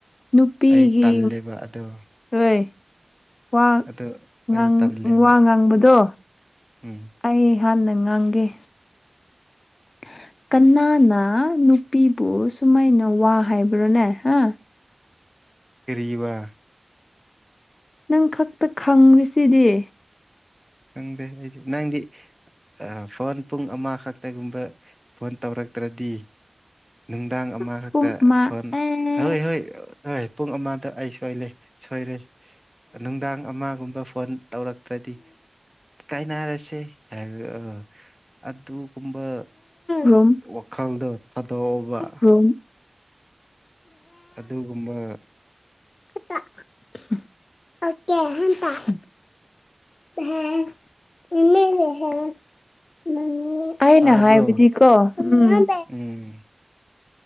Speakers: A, on the left; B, in the centre.
A: ꯅꯨꯄꯤꯒꯤ
B: ꯑꯩ ꯇꯜꯂꯦꯕ ꯑꯗꯣ
A: ꯍꯣꯏ ꯋꯥ
B: ꯑꯗꯣ
A: ꯉꯥꯡ
B: ꯑꯩ ꯇꯜꯂꯦꯕ
A: ꯋꯥ ꯉꯥꯡꯕꯗꯣ
B: ꯎꯝ
A: ꯑꯩ ꯍꯥꯟꯅ ꯉꯥꯡꯒꯦ <inaudible> ꯀꯅꯥꯅ ꯅꯨꯄꯤꯕꯨ ꯁꯨꯃꯥꯏꯅ ꯋꯥ ꯍꯥꯏꯕ꯭ꯔꯣꯅꯦ ꯍꯥ
B: ꯀꯔꯤ ꯋꯥ
A: ꯅꯪ ꯈꯛꯇ ꯈꯪꯔꯤꯁꯤꯗꯤ
B: ꯈꯪꯗꯦ ꯑꯩꯗꯤ ꯅꯪꯗꯤ ꯑꯥ ꯐꯣꯟ ꯄꯨꯡ ꯑꯃ ꯈꯛꯇꯒꯨꯝꯕ ꯐꯣꯟ ꯇꯧꯔꯛ ꯇ꯭ꯔꯗꯤ
A: <inaudible>
B: ꯅꯨꯡꯗꯥꯡ ꯑꯃꯈꯛꯇ
A: ꯄꯨꯡ ꯑꯃ
B: ꯐꯣꯟ
A: ꯑꯦ
B: ꯍꯣꯏ ꯍꯣꯏ ꯍꯣꯏ ꯄꯨꯡ ꯑꯃꯗ ꯑꯩ ꯁꯣꯏꯂꯩ ꯁꯣꯏ ꯔꯦ ꯅꯨꯡꯗꯥꯡ ꯑꯃꯒꯨꯝꯕ ꯐꯣꯟ ꯇꯧꯔꯛꯇ꯭ꯔꯗꯤ ꯀꯥꯏꯅꯔꯁꯦ ꯍꯥꯏꯔ ꯔ ꯑꯗꯨ ꯀꯨꯝꯕ
A: ꯔꯨꯝ
B: ꯋꯥꯈꯜꯗꯣ ꯊꯥꯗꯣꯛꯑꯣꯕ
A: ꯔꯨꯝ
B: ꯑꯗꯨꯒꯨꯝꯕ
A: <inaudible> <unintelligible> ꯑꯩꯅ
B: ꯇꯥꯕ꯭ꯔꯣ
A: ꯍꯥꯏꯕꯗꯤꯀꯣ ꯎꯝ
B: ꯎꯝ